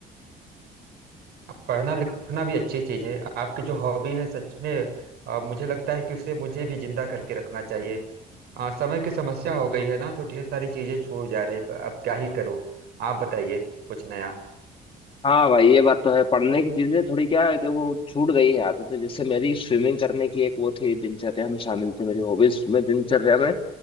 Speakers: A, on the right (about 70°); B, on the left (about 30°).
A: अब पढ़ना लिखना भी अच्छी चीज है आपकी जो हॉबी है सच में अ, मुझे लगता है कि उसे मुझे भी जिंदा करके रखना चाहिए अ, समय की समस्या हो गई है ना तो ढेर सारी चीजें छूट जा रही पर अब क्या ही करूं आप बताइए कुछ नया
B: हाँ भाई ये बात तो है पढ़ने की चीजें थोड़ी क्या है कि वो छूट गई है आदत है जैसे मेरी स्विमिंग करने की एक वो थी दिनचर्या में शामिल थी मेरी हॉबीज में दिनचर्या में